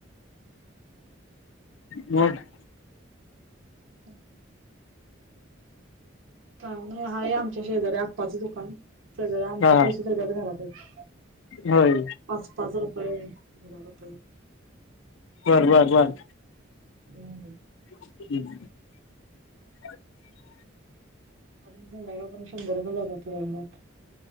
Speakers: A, on the left (about 75°); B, on the right (about 80°).
A: होना.
B: <inaudible> काय नाय आहे आमच्या शेजारी आप्पाचं दुकान सगळं आमच
A: हा
B: पैसे सगळ्याच घरात आहेत.
A: होय
B: पाच पाच रुपये दहा रुपये
A: बर बर बर
B: हम्
A: <inaudible>
B: अजून पण <unintelligible> शंभर रुपये जातात त्याज्या घरात